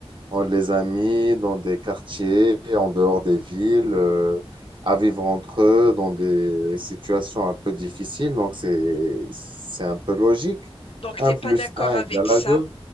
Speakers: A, on the right; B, on the left.
A: On les a mis dans des quartiers, en dehors des villes, euh, à vivre entre eux, dans des situations un peu difficiles. Donc, c'est, c'est un peu logique.
B: Donc,
A: Un
B: t'es pas
A: plus
B: d'accord
A: un
B: avec
A: égale
B: ça?
A: à 2.